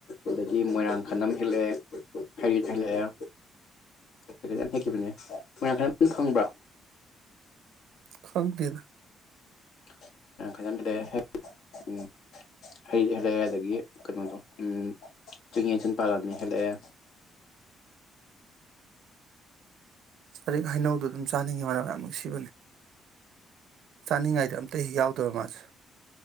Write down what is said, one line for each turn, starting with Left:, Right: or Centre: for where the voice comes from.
Left: ꯑꯗꯒꯤ ꯃꯣꯏꯔꯥꯡ ꯈꯥꯅꯝ ꯍꯦꯜꯂꯛꯑꯦ ꯍꯩꯔꯤꯠ ꯍꯦꯜꯂꯛꯑꯦ ꯀꯀꯩꯅꯣ ꯌꯥꯝ ꯍꯦꯛꯈꯤꯕꯅꯦ ꯃꯣꯏꯔꯥꯡꯈꯥꯟꯝ ꯈꯪꯕ꯭ꯔꯣ
Right: ꯈꯪꯗꯦꯅ
Left: <unintelligible> ꯍꯩ ꯍꯦꯜꯂꯛꯑꯦ ꯑꯗꯒꯤ ꯀꯩꯅꯣꯗꯣ ꯎꯝ ꯆꯤꯡ ꯌꯦꯟꯁꯤꯟ ꯄꯥꯜꯂꯝꯃꯤ ꯍꯦꯜꯂꯛꯑꯦ
Right: ꯆꯔꯤꯛ ꯍꯩꯅꯧꯗꯨ ꯗꯨꯝ ꯆꯥꯅꯤꯡꯉꯤ ꯃꯅꯝ ꯌꯥꯝ ꯅꯨꯡꯁꯤꯕꯅꯦ ꯆꯥꯅꯤꯡꯉꯥꯏꯗ ꯑꯝꯇ ꯍꯦꯛ ꯌꯥꯎꯗꯕ ꯃꯥꯁꯦ